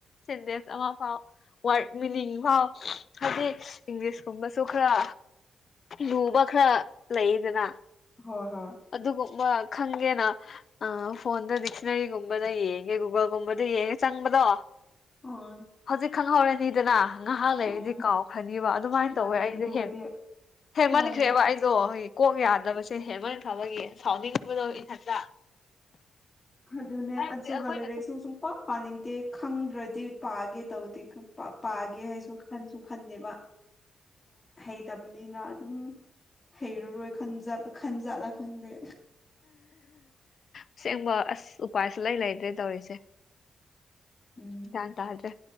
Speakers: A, on the left; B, on the left.
A: ꯁꯦꯟꯇꯦꯟꯁ ꯑꯃ ꯐꯥꯎ ꯋꯥꯔꯗ ꯃꯤꯅꯤꯡ ꯐꯥꯎ ꯍꯥꯏꯗꯤ ꯏꯪꯂꯤꯁꯀꯨꯝꯕꯁꯨ ꯈꯔ ꯂꯨꯕ ꯈꯔ ꯂꯩꯗꯅ
B: ꯍꯣꯏ ꯍꯣꯏ
A: ꯑꯗꯨꯒꯨꯝꯕ ꯈꯪꯒꯦꯅ ꯑ ꯐꯣꯟꯗ ꯗꯤꯛꯁꯅꯔꯤꯒꯨꯝꯕꯗ ꯌꯦꯡꯒꯦ ꯒꯨꯒꯜꯒꯨꯝꯕꯗ ꯌꯦꯡꯉꯦ ꯆꯪꯕꯗꯣ
B: ꯎꯝ
A: ꯍꯧꯖꯤꯛ ꯈꯪꯍꯧꯔꯅꯤꯗꯅ ꯉꯥꯏꯍꯥ ꯂꯩꯔꯗꯤ
B: ꯎꯝ
A: ꯀꯥꯎꯈ꯭ꯔꯅꯤꯕ ꯑꯗꯨꯃꯥꯏꯅ
B: ꯃꯥꯟꯅꯩ
A: ꯇꯧꯋꯦ ꯑꯩꯗꯤ
B: ꯑꯗꯨꯕꯨꯗꯤ
A: ꯍꯦꯟ ꯍꯦꯟꯃꯟꯈ꯭ꯔꯦꯕ
B: ꯃꯥꯟꯅꯩ
A: ꯑꯩꯗꯣ ꯀꯣꯛ ꯌꯥꯗꯕꯁꯦ ꯍꯦꯟꯃꯟꯈ꯭ꯔꯕꯒꯤ ꯁꯥꯎꯟꯅꯤꯡꯕꯗꯣ ꯏꯊꯟꯇ
B: ꯑꯗꯨꯅꯦ
A: ꯍꯥꯏꯕꯗꯤ
B: ꯑꯆꯨꯒ
A: ꯑꯩꯈꯣꯏꯅ
B: ꯂꯥꯏꯔꯤꯛꯁꯨ
A: ꯁꯨꯝ
B: ꯁꯨꯡꯄ ꯄꯥꯅꯤꯡꯗꯦ ꯈꯪꯗ꯭ꯔꯗꯤ ꯄꯥꯒꯦ ꯇꯧꯗꯦ ꯄꯥꯒꯦ ꯍꯥꯏꯁꯨ ꯈꯟꯁꯨ ꯈꯟꯗꯦꯕ꯫ ꯍꯩꯇꯕꯅꯤꯅ ꯑꯗꯨꯝ꯫ ꯍꯩꯔꯔꯣꯏ ꯈꯟꯖꯥꯞ ꯈꯟꯖꯥꯔ ꯈꯪꯗꯦ꯫
A: ꯑꯁꯦꯡꯕ ꯑꯁ ꯎꯄꯥꯏ ꯁꯨꯡ ꯂꯩ ꯂꯩꯇ꯭ꯔꯦ ꯇꯧꯔꯤꯁꯦ꯫
B: ꯎꯝ
A: ꯒ꯭ꯌꯥꯟ ꯇꯥꯗ꯭ꯔꯦ